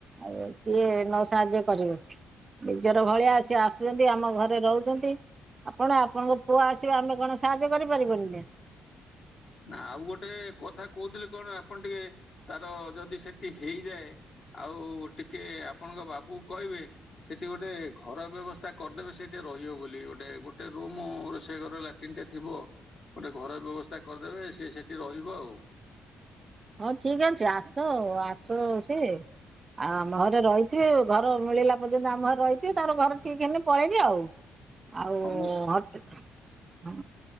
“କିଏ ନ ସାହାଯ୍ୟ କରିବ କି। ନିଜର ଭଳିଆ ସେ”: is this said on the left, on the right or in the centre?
Right